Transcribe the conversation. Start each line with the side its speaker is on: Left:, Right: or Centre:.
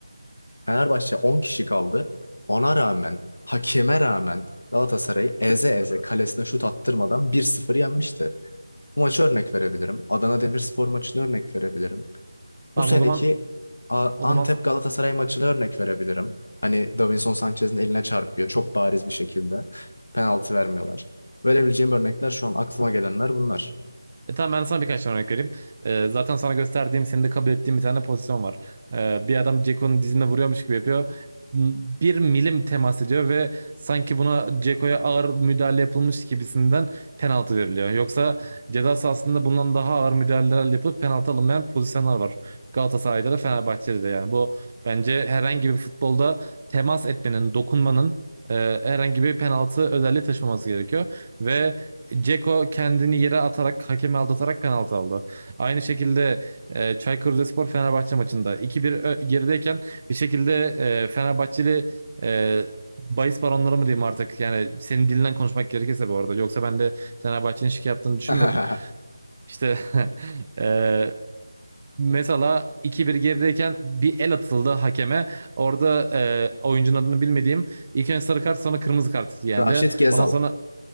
Left: Fenerbahçe 10 kişi kaldı. Ona rağmen, hakeme rağmen Galatasaray'ı eze eze kalesine şut attırmadan 1-0 yenmişti. Bu maçı örnek verebilirim. Adana Demirspor maçını örnek verebilirim.
Right: Tamam
Left: Bu seneki
Right: o zaman
Left: A-
Right: o
Left: Antep
Right: zaman
Left: Galatasaray maçını örnek verebilirim. Hani Davinson Sanchez'in eline çarpıyor çok bariz bir şekilde. Penaltı vermiyorlar. Verebileceğim örnekler şu an aklıma gelenler bunlar.
Right: E, tamam ben sana birkaç tane örnek vereyim. E, zaten sana gösterdiğim, senin de kabul ettiğim bir tane pozisyon var. E, bir adam Ceko'nun dizine vuruyormuş gibi yapıyor. M- Bir milim temas ediyor ve sanki buna Ceko'ya ağır müdahale yapılmış gibisinden penaltı veriliyor. Yoksa ceza sahasında bundan daha ağır müdahaleler yapılıp penaltı alınmayan pozisyonlar var. Galatasaray'da da Fenerbahçe'de de yani bu bence herhangi bir futbolda temas etmenin, dokunmanın e, herhangi bir penaltı özelliği taşımaması gerekiyor. Ve Ceko kendini yere atarak, hakemi aldatarak penaltı aldı. Aynı şekilde e, Çaykur Rizespor Fenerbahçe maçında 2-1 ö- gerideyken bir şekilde e, Fenerbahçeli e, bahis baronları mı diyeyim artık? Yani senin dilinden konuşmak gerekirse bu arada. Yoksa ben de Fenerbahçe'nin şike yaptığını düşünmüyorum.
Left: <laughs>
Right: İşte <laughs> e, mesela 2-1 gerideyken bir el atıldı hakeme. Orada e, oyuncunun adını bilmediğim ilk önce sarı kart sonra kırmızı kart yendi.
Left: Raşit Gezal.
Right: Ondan sonra